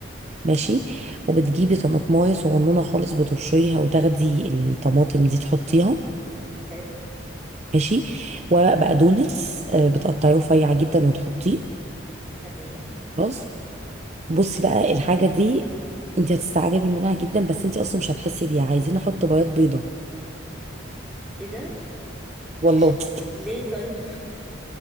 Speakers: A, on the right; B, in the centre.
A: ماشي وبتجيبي طماطمايه صغنونه خالص بتبشريها وتاخدي الطماطم دي تحطيها
B: حلو
A: ماشي ورق بقدونس آه، بتقطعيه رفيع جدا وتحطيه
B: تمام
A: خلاص بصي بقى الحاجه دي انت هتستعجبي منها جدا بس انت اصلا مش هتحسي بيها عايزين احط بياض بيضه
B: ايه ده
A: والله
B: إيش...
A: <laughs>
B: ليه طيب <laughs>